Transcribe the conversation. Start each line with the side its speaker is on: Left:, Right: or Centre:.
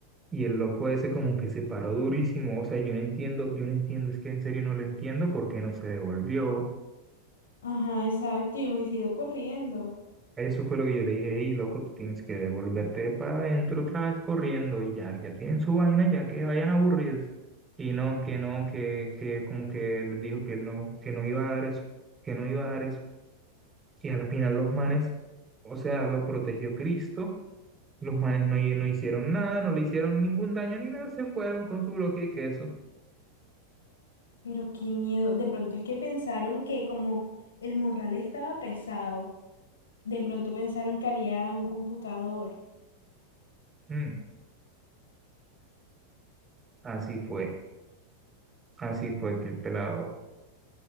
Right: Y el loco ese como que se paró durísimo, o sea, yo no entiendo, yo no entiendo, es que en serio no lo entiendo porque no se devolvió.
Left: Ajá, exacto. Yo me hubiese ido corriendo.
Right: Eso fue lo que yo le dije, hey, loco, tú tienes que devolverte para adentro otra vez corriendo y ya, ya tienen su vaina, ya que vayan aburridos. Y no, que no, que, que como que les dijo que no, que no iba a dar eso, que no iba a dar eso. Y a la final los manes, o sea, lo protegió Cristo, los manes no, no hicieron nada, no le hicieron ningún daño ni nada, se fueron con su bloque de queso.
Left: Pero qué miedo. De pronto es que pensaron que como el morral estaba pesado, de pronto pensaron que había un computador.
Right: Mm, así fue. Así fue que el pelado,